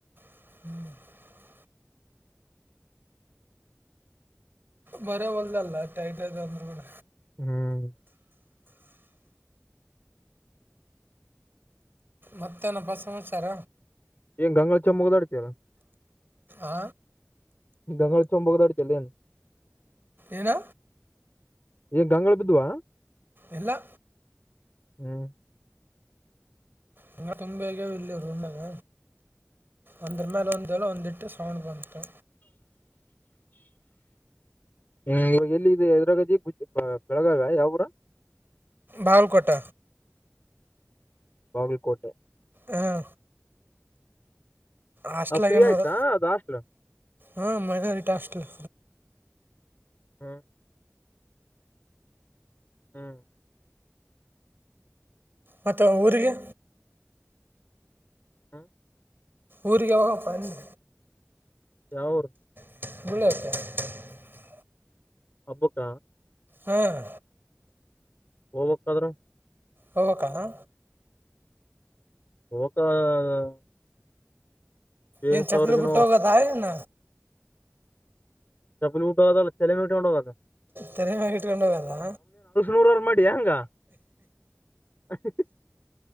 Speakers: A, on the right; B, on the left.
A: <inaudible> ಮರವಲ್ದಲ್ಲ ಟೈಟ್ ಐತಿ ಅಂದ್ರರು ಕೂಡ.
B: ಹ್ಮ್.
A: ಮತ್ತನಪ್ಪ ಸಮಾಚಾರ.
B: <unintelligible>
A: ಆ
B: <unintelligible>
A: ಏನ
B: ಏನ್ ಗಂಗಗಳು ಬಿದ್ದ್ವ.
A: ಇಲ್ಲಾ.
B: ಹ್ಮ್.
A: ಹಂಗ ತುಂಬ ಹೇಗ ಇಲ್ಲಿ ರೂಣ್ಣಾಗ ಒಂದ್ರ ಮೇಲೆ ಒಂದಲ್ಲ ಒಂದಿಟ್ಟು ಸೌಂಡ್ ಬಂತು.
B: ಹ್ಮ ಇವಾಗ ಎಲ್ಲಿ ಇದೆ ಎದರಾಗದೀ. ಜ ಬೆಳಗಾವಿಯ ಯಾವ ಊರ.
A: ಬಾಗಲಕೋಟ
B: ಬಾಗಲ್ಕೋಟೆ.
A: ಹ್ಮ. ಹಾಸ್ಟೆಲ್
B: ಆ ಫ್ರೀ
A: ಆಗ
B: ಆಯ್ತಾ
A: ನೋಡ
B: ಅದು ಹಾಸ್ಟ್ಲ್
A: ಹಾ ಮೈನಾರಿಟಿ ಹಾಸ್ಟೆಲ್.
B: ಹ್ಮ್. ಹ್ಮ್.
A: ಮತ್ತ ಊರಿಗೆ.
B: ಹ್ಮ.
A: ಊರಿಗೆ ಯಾವಾಗ ಪಾ ಅಂದೆ.
B: ಯಾವೂರು.
A: <unintelligible>
B: ಹಬ್ಬಕ್ಕ.
A: ಹ್ಮ್.
B: ಹೋಗ್ಬಕ್ಕಾದ್ರರ.
A: ಹೋಗ್ಬೇಕಾ.
B: <unintelligible> ಏಳ್
A: ಏನ್ ಚಪ್ಪಲಿ
B: ಸಾವಿರ ದಿನ
A: ಬಿಟ್ಟ ಹೋಗದ ಆನ
B: ಚಪ್ಪ ಊಟ ಅದಲ್ಲ ಚಲೆ ನೂಟಿೊಂಡೋಗಾಗ
A: ತನ ಮಾಡಗಿಟ್ಕೊಂಡು ಹೋಗದಾ
B: ನೂರ ಮಾಡ ಡಂಗ <unintelligible> <inaudible>